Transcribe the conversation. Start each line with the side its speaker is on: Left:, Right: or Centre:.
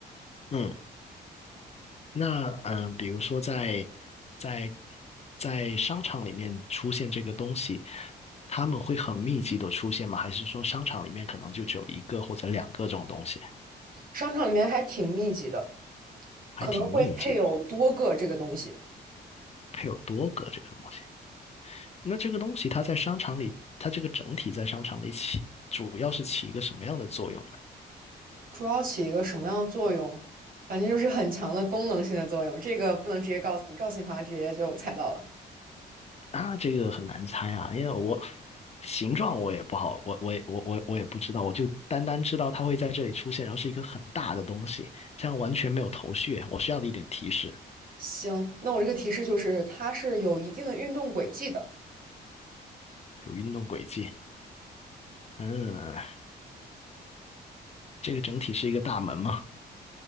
Left: 嗯，那嗯，呃比如说在在在商场里面出现这个东西，他们会很密集的出现吗？还是说商场里面可能就只有一个或者两个这种东西，
Right: 商场里面还挺密集的，
Left: 还挺密集的，
Right: 可能会配有多个这个东西，
Left: 还有多个这个东西？那这个东西它在商场里，它这个整体在商场里起，主要是起一个什么样的作用呢？
Right: 主要起一个什么样的作用？反正就是很强的功能性的作用，这个不能直接告诉你，告诉你的话直接就猜到了。
Left: 啊，这个很难猜啊，因为我形状我也不好，我我也我我我也不知道，我就单单知道它会在这里出现，然后是一个很大的东西，这样完全没有头绪啊。我需要的一点提示，
Right: 行，那我这个提示就是它是有一定的运动轨迹的。
Left: 有运动轨迹。嗯，这个整体是一个大门吗？